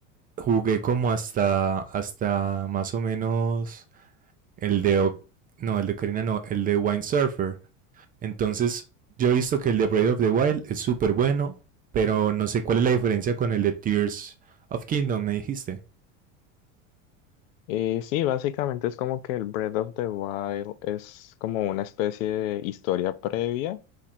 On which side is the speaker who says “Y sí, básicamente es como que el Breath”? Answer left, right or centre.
Left